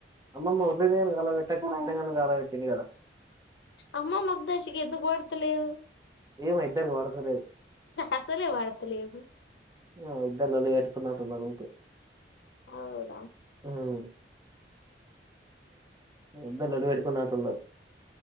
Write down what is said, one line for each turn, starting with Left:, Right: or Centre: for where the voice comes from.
Right: అమ్మమ్మ మురళీ కాల పెట్టా కరాణంగాను కాలవెట్టింది కదా
Left: అమ్మ మాకు దశకి ఎందుకు పడతలేదు
Right: ఏమో ఇద్దరికి పడతలేదు
Left: అసలే పడతలేదు
Right: ఏమో ఇద్దరు లొల్లి పెట్టుకున్నట్టున్నారు ఊకే
Left: అవునా
Right: మ్ ఇద్దరు లొల్లి పెట్టుకున్నట్టునారు